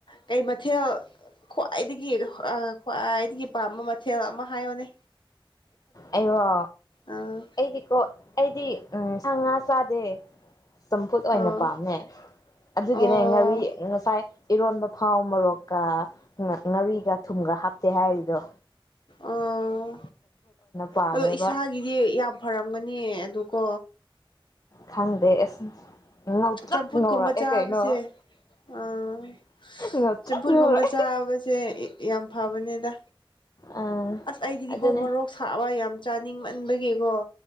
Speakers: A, on the left; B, on the left.
A: ꯀꯩ ꯃꯊꯦꯜ ꯈ꯭ꯋꯥꯏꯗꯒꯤ ꯈ꯭ꯋꯥꯏꯗꯒꯤ ꯄꯥꯝꯕ ꯃꯊꯦꯜ ꯑꯃ ꯍꯥꯏꯌꯣꯅꯦ
B: ꯑꯩ ꯋꯥ
A: ꯑꯥ
B: ꯑꯩꯗꯤꯀꯣ ꯑꯩꯗꯤ ꯎꯝ ꯁꯪꯉ ꯆꯥꯗꯦ ꯆꯝꯐꯨꯠ ꯑꯣꯏꯅ
A: ꯑꯣ
B: ꯄꯥꯝꯃꯦ ꯑꯗꯨꯒꯤꯅꯦ
A: ꯑꯣ
B: ꯉꯥꯔꯤ ꯉꯁꯥꯏ ꯏꯔꯣꯟꯕ ꯐꯥꯎ ꯃꯔꯣꯔꯣꯛ ꯉꯥꯔꯤꯒ ꯊꯨꯝꯒ ꯍꯥꯞꯇꯦ ꯍꯥꯏꯔꯤ ꯗ
A: ꯑꯣ
B: ꯄꯥꯝꯃꯦꯕ
A: ꯑꯗꯣ ꯏꯁꯥꯒꯤꯗꯤ ꯌꯥꯝ ꯐꯔꯝꯒꯅꯤ ꯑꯗꯨꯀꯣ
B: ꯈꯪꯗꯦ ꯑꯁ ꯉꯧꯇ꯭ꯔꯛ
A: ꯆꯝꯐꯨꯠ
B: ꯉꯧꯔꯛꯑꯦ
A: ꯀꯨꯝꯕ ꯆꯥꯕꯁꯦ
B: ꯀꯩꯅꯣ
A: ꯑꯥ
B: ꯉꯧꯇ꯭ꯔꯛ
A: ꯆꯝꯐꯨꯠꯀꯨꯝꯕ
B: ꯉꯧꯔꯛꯑꯦ
A: ꯆꯥꯕꯁꯦ ꯌꯥꯝ ꯐꯕꯅꯦꯗ
B: ꯑꯥ
A: ꯑꯁ ꯑꯩꯗꯤꯗꯤꯀꯣ
B: ꯑꯗꯨꯅꯦ
A: ꯃꯔꯣꯛ ꯁꯥꯕ ꯌꯥꯝ ꯆꯥꯅꯤꯡꯃꯟꯕꯒꯤꯀꯣ